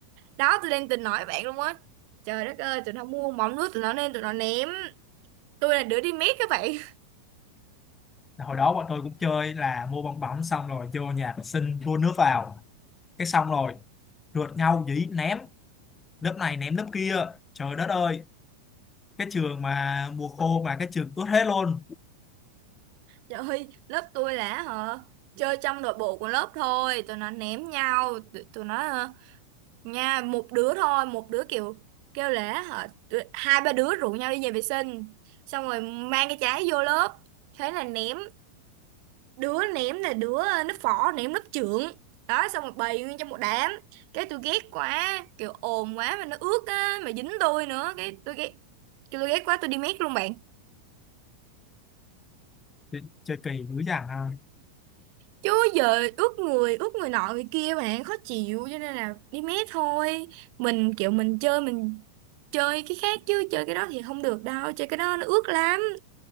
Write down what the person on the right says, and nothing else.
đó tôi đang tính nói với bạn luôn á trời đất ơi tụi nó mua mỏng nước tụi nó nên tụi nó ném tôi là đứa đi mét các bạn <laughs>
trời ơi lớp tôi là hả chơi trong nội bộ của lớp thôi tụi nó ném nhau tụi, tụi nó nha một đứa thôi một đứa kiểu kêu lễ hả tụi- hai ba đứa rủ nhau đi nhà vệ sinh xong rồi mang cái trái vô lớp thế là ném đứa ném là đứa nó phỏ ném lớp trưởng đó xong rồi bày nguyên trong một đám cái tôi ghét quá kiểu ồn quá mà nó ướt á mà dính tôi nữa cái tôi ghét cái tôi ghét quá tôi đi mét luôn bạn
Chứ giờ ướt người, ướt người nọ người kia bạn khó chịu cho nên là đi mé thôi. Mình kiểu mình chơi mình chơi cái khác chứ chơi cái đó thì không được đâu, chơi cái đó nó ướt lắm.